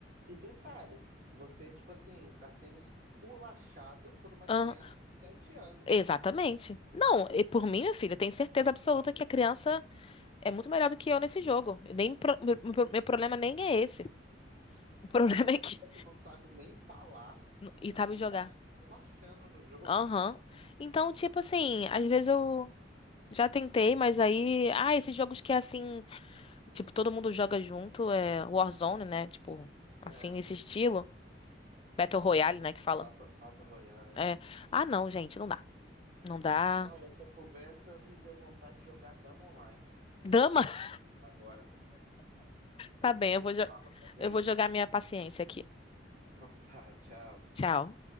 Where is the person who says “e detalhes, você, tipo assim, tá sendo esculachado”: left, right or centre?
Right